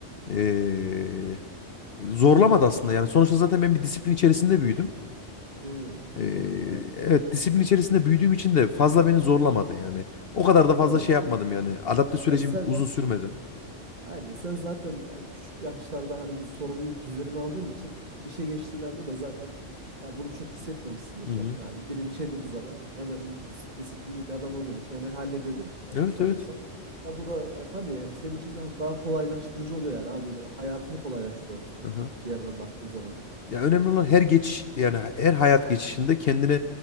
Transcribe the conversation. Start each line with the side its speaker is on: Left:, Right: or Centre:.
Left: E, zorlamadı aslında.
Right: Neden?
Left: Yani sonuçta zaten ben bir disiplin içerisinde büyüdüm.
Right: Hmm,
Left: E,
Right: çok iyi aynen.
Left: evet disiplin içerisinde büyüdüğüm için de fazla beni zorlamadı yani. O kadar
Right: Ya
Left: da fazla
Right: doğru
Left: şey yapmadım
Right: doğru.
Left: yani. Adapte sürecim
Right: Ya sen
Left: uzun sürmedi.
Right: Aynen. Sen zaten yani küçük yaşlarda hani bir sorumluluk üzerine aldığın için ya işe geçtiğin anda da zaten ya bunu çok hissetmemişsindir
Left: Hı
Right: zaten
Left: hı.
Right: abi. Biri bir şey dediği zaman hemen dis- disiplinli bir adam olduğun için hemen hallediyordun e,
Left: Evet
Right: sanırsam.
Left: evet.
Right: Ya bu da e, tabii yani senin için de hani daha kolaylaştırıcı oluyor yani abi böyle hayatını kolaylaştırıyor aslında
Left: Aha.
Right: bir yerden baktığın zaman yani.
Left: Ya önemli olan her geç yani her hayat geçişinde kendine